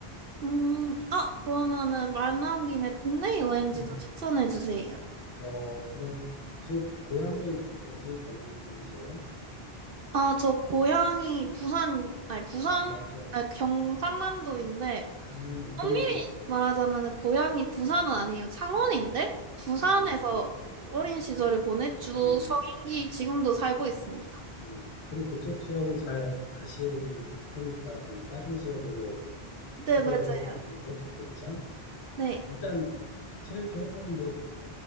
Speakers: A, on the right (about 65°); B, on the left (about 85°).
A: 음, 아, 그러면은 말 나온 김에 국내 여행지도
B: 음.
A: 추천해 주세요.
B: 어, 그럼, 지금 고향이 어디, 어느 쪽이세요?
A: 아, 저 고향이 부산, 아니 부산,
B: 고향쪽.
A: 아니 경상남도인데
B: 음. 음,
A: 엄밀히
B: 그럼,
A: 말하자면 고향이 부산은 아니에요. 창원인데 부산에서
B: 음,
A: 그 어린 시절을 보냈쭉
B: 음,
A: 성인기 지금도 살고 있습니다.
B: 음. 그럼 그쪽 지역은 잘 아실 테니까, 그럼 다른 지역으로
A: 네,
B: 소개를
A: 맞아요.
B: 해드리는 게 좋겠죠?
A: 네.
B: 일단, 제일 좋은 건 뭐,